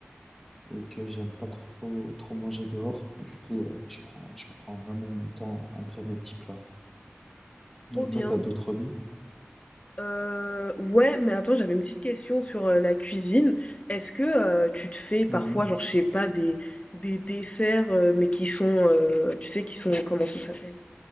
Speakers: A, in the centre; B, on the left.
A: et que j'aime pas trop, trop manger dehors. Du coup, euh, je prends, je prends vraiment mon temps à me faire mes petits plats. Et
B: Trop
A: toi,
B: bien.
A: t'as d'autres hobbies?
B: Heu, ouais, mais attends, j'avais une petite question sur, heu, la cuisine. Est-ce que, heu, tu te fais parfois,
A: Mhm.
B: genre, je sais pas, des des desserts, heu, mais qui sont, heu, tu sais, qui sont comment ça s'appelle?